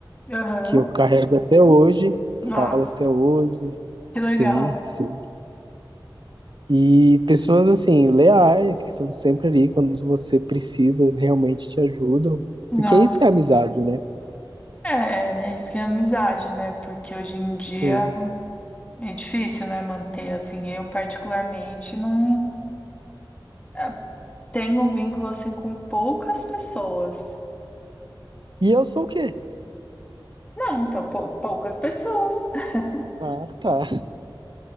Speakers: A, on the left (about 15°); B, on the right (about 65°).
A: Aham.
B: Que eu carrego até hoje,
A: Nossa,
B: falo até hoje.
A: que legal.
B: Sim, sim. E pessoas assim, leais, que são sempre ali quando você precisa, realmente te ajudam.
A: Nossa.
B: Porque isso é amizade, né?
A: É, é isso que é amizade, né? Porque hoje em dia
B: Sim.
A: é difícil, né, manter assim. Eu particularmente não eh, tenho vínculo assim com poucas pessoas.
B: E eu sou o quê?
A: Não, então pou- poucas pessoas. <laughs>
B: Ah, tá.